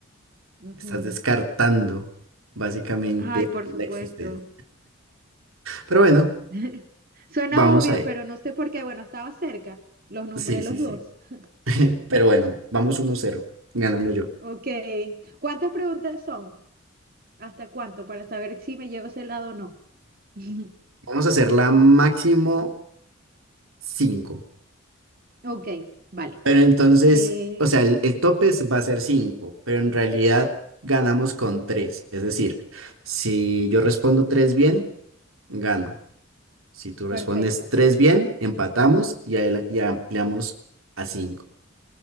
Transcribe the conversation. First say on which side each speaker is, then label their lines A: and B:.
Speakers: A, on the right; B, on the right.
A: Ujú.
B: estás descartando básicamente
A: Ay, por
B: la
A: supuesto.
B: existencia. Pero bueno,
A: <laughs> Suena
B: vamos
A: obvio,
B: ahí.
A: pero no sé por qué. Bueno, estaba cerca. Los nombré
B: Sí, sí,
A: los
B: sí.
A: dos. <laughs>
B: Pero bueno, vamos uno cero, ganando yo.
A: Ok. ¿Cuántas preguntas son? ¿Hasta cuánto? Para saber si me llego a ese lado o no. <laughs>
B: Vamos a hacer la máximo cinco
A: Ok, vale.
B: Pero entonces,
A: Eh,
B: o sea, el, el tope es- va a ser 5 pero en realidad ganamos con tres Es decir, si yo respondo 3 bien, gano. Si tú respondes
A: perfecto.
B: 3 bien, empatamos y, ahí y ampliamos a cinco